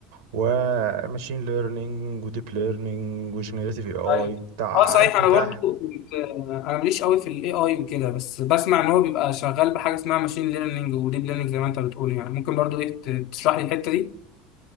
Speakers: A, on the right; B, on the left.
A: وماشين ليرنينج وديب ليرنينج وجنريتيف اي اي
B: ايوه
A: عارف
B: اه صحيح
A: حتى
B: انا برضو كنت انا ماليش قوي في الاي اي وكده بس بسمع ان هو بيبقى شغال بحاجه اسمها ماشين ليرنينج وديب ليرنينج زي ما انت بتقول يعني ممكن برضو ايه ت- تشرح لي الحته دي